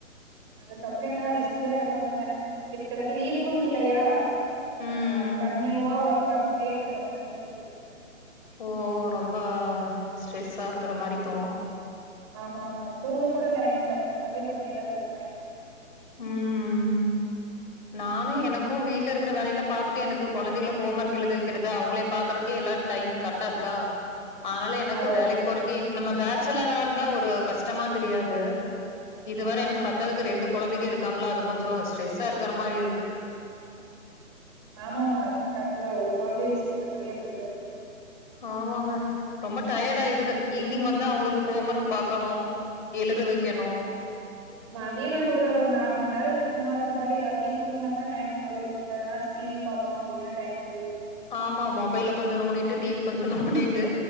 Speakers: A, on the right; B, on the left.
A: அதுக்கப்றம் என்ன ரெஸ்ட் தா எடுகோணுங்க எனக்கு லீவும் இல்லயா ஆ
B: ம்
A: கன்யூவா வொர்க் பாத்துக்கிட்டே இருக்க மாரி இருக்கு
B: ஓ ரொம்ப ஸ்ட்ரெஸ்ஸா இருக்குற மாரி தோணு
A: ஆமா ஆமாங்க தூங்க கூட டைம் இல்ல தூங்கறதே கம்மியாதா தூங்கறே
B: ம் ம் ம் நானு எனக்கு வீட்ல இருக்குற வேலயெல்லா பாத்துட்டு எனக்கு கொழந்தைகளுக்கு ஹோம் ஒர்க் எழுத வெக்கிறது அவங்களே பாக்குறக்கே எல்லா டைம் கரெக்டா இருக்கா ஆனால எனக்கு
A: அதா
B: வேலைக்கு
A: அதா
B: போறக்கே நம்ம பேச்சுலராந்தா ஒரு கஷ்டமா தெரியாது இதுவரை
A: ஆமா
B: எனக்கு
A: ஆமாங்க
B: பத்தாததுக்கு ரெண்டு கொழந்தைங்க இருக்காங்களோ அது கொஞ்சோ ஸ்ட்ரெஸ்ஸா இருக்கிற மாரி இருக்கு
A: ஆமாம்மா அது கரெக்ட்டுதா ஒரு கொழந்தைய வெச்சிருக்குறதுக்கே அப்டிதா இருக்கு
B: ஆமாங்க ரொம்ப டயர்ட் ஆயிடுது ஈவினிங் வந்து அவங்களுக்கு ஹோம் ஒர்க் பாக்கணு எழுத வெக்கணு
A: மதியோ நம்ம ஒரு நாலு மணி நேரோ சும்மா இருக்க மாரி அதுலயே தூங்கனம்னா டைம் போயிடும் அதனா டிவி பாத்தோ அப்டின்னா டைம் போயிரு
B: ஆமா மொபைல்ல கொஞ்சோ நோண்டிட்டு டிவி கொஞ்சோ நோண்டிட்டு